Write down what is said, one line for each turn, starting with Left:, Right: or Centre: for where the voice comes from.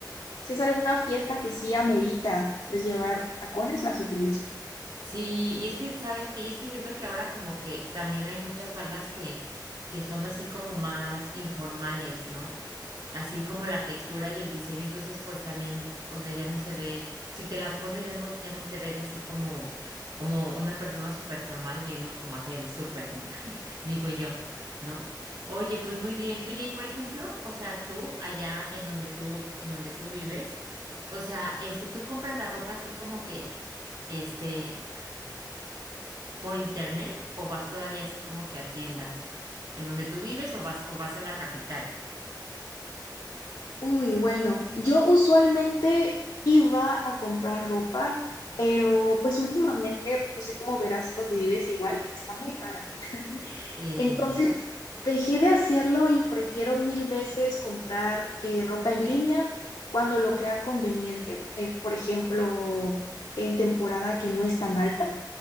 Left: si es alguna fiesta que sí amerita, pues llevar tacones, las utilizo.
Right: Sí, y es que, ¿sabes qué? Y es que siento que ahora como que también hay muchas faldas que, que son así como más informales, ¿no? Así como la textura y el diseño, entonces pues también, o sea, ya no se ve, si te las pones ya no, ya no te ves así como, como una persona súper formal yendo como a hacer el súper, ¿no? <laughs> Digo yo, ¿no? Oye, pues muy bien. Oye, y por ejemplo, o sea, tú allá en donde tú, en donde tú vives, o sea, este, tú compras la ropa así como que, este, por internet o vas todavía así como que a tiendas en donde tú vives o vas o vas a la capital?
Left: Uy, bueno, yo usualmente iba a comprar ropa, pero pues últimamente, no sé cómo verás donde vives igual, está muy cara.
Right: Sí.
Left: Entonces, dejé de hacerlo y prefiero mil veces comprar eh, ropa en línea cuando lo crea conveniente. Eh, por ejemplo, en temporada que no es tan alta